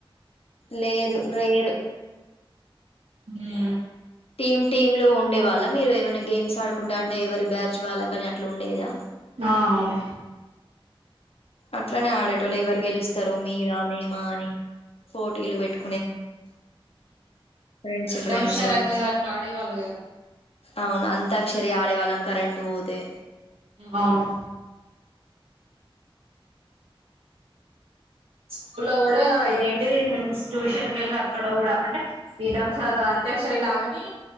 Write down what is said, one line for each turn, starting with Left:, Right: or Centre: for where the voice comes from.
Left: లేదు రేరు
Right: హ
Left: టీమ్ టీమ్లు ఉండే వాళ్ళ మీరు ఏమైనా గేమ్స్ ఆడుకుంటే అంటే ఎవరి బ్యాచ్ వాళ్ళా కానీ అట్లా ఉండేదా
Right: ఆ అవును
Left: అట్లనే ఆడేట్ అట్టోలో ఎవరు గెలుస్తారు మీరా మేమా అని పోటీలు పెట్ ఫ్రెండ్స్ ఫ్రెండ్స్
Right: దమ్షర్ అయితే అట్లా ఆడేవాళ్ళుగా
Left: అవును అంతా అక్షరి ఆడేవాళ్ళం కరెంట్ పోతే
Right: అవును స్కూ లో కూడా ఇదేంటి మేము ట్యూషన్ క వెళ్ళి అక్కడ కూడా అంటే ఈదంశాత అంత్యక్షరి లాగానే